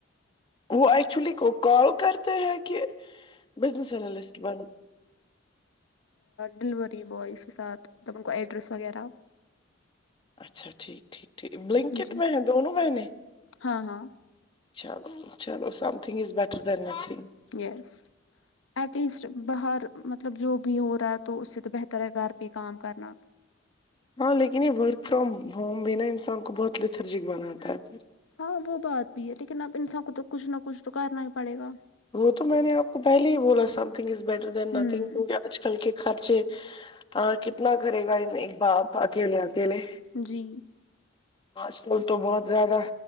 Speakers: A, on the left (about 25°); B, on the left (about 80°).
A: وہ ایکچولی کو کال کرتے ہیں کہ بزنس انالسٹ بن
B: ڈلوری بوز کے ساتھ مطلب ان کو ایڈریس وغیرہ
A: اچھا ٹھیک ٹھیک ٹھیک بلنکٹ
B: جی
A: میں ہیں دونوں بہنیں
B: ہاں ہاں
A: چلو چلو something is better than nothing
B: yes at least باہر مطلب جو بھی ہو رہا ہے تو اس سے تو بہتر ہے گھر پہ کام کرنا
A: ہاں لیکن یہ ورک فرام ہوم بھی نا انسان کو بہت لسرجک بناتا ہے پھر
B: ہاں وہ بات بھی ہے لیکن اب انسان کو تو کچھ نہ کچھ تو کرنا ہی پڑے گا
A: وہ تو میں نے آپ کو پہلے ہی بولا something is better than nothing
B: ہوں
A: کیا آج کل کے خرچے کتنا کرے گا ایک باپ اکیلے اکیلے
B: جی
A: ہاسٹل تو بہت زیادہ